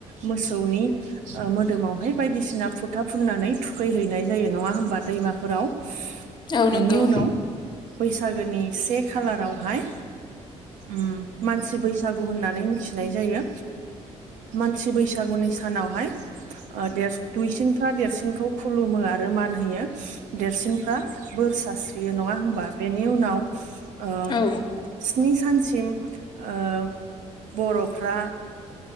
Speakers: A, on the right; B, on the left.
A: मोसौनि ओ मोदोमावहाय बायदिसिना। फुथा फुननानै थुखैहैनाय जायो नङा होमबा दैमाफोराव। बेनि
B: औ नंगौ
A: उनाव बैसागोनि से खालारावहाय। उम मानसि बैसागु होननानै मिथिनाय जायो। मानसि बैसागुनि सानावहाय। ओ देर दुइसिनफ्रा देरसिनखौ खुलुमो आरो। मान होयो देरसिनफ्रा बोर सास्रियो नङा होमबा बेनि उनाव। ओ
B: औ
A: स्नि सानसिम ओ बर'फ्रा